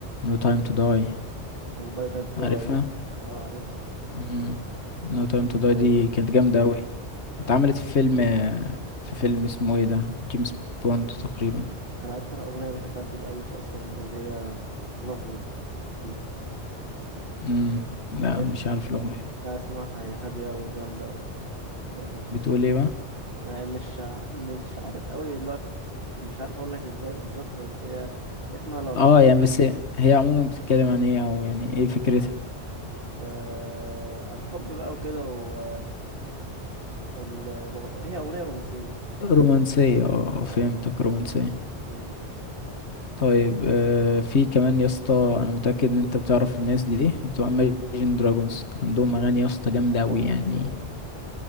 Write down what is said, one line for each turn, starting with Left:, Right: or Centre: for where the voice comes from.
Left: No Time to Die
Right: وباي باد جاي
Left: عارفها؟
Right: اه عارف
Left: مم. No Time to Die
Right: وانا
Left: دي كانت جامدة أوي اتعملت في فيلم في فيلم اسمه ايه ده جيمس بوند تقريبا
Right: اكتر اغنيه بحبها لبيل ايليش اصلا اللي هي lovely دي
Left: مم. لا
Right: عارف
Left: مش عارف الأغنية دي
Right: لا اسمعها هي هادية أوي وجامدة أوي لا
Left: بتقول ايه بقى
Right: ما مش ع- مش عارف أوي اللي هو ف- مش عارف أقول لك إزاي بالظبط بس هي هي اسمها لافلي
Left: اه يعني بس هي عموما بتتكلم عن ايه أو يعني ايه فكرتها
Right: آه... عن الحب بقى وكده و... والروم... هي أغنية رومانسية فاهم
Left: رومانسية اه
Right: اه
Left: آه، فهمتك رومانسية
Right: امم
Left: طيب آه في كمان يا اسطى انا متأكد ان انت بتعرف الناس دي بتوع Imagine Dragons عندهم اغاني يا اسطى جامدة
Right: أوه،
Left: أوي يعني
Right: آه.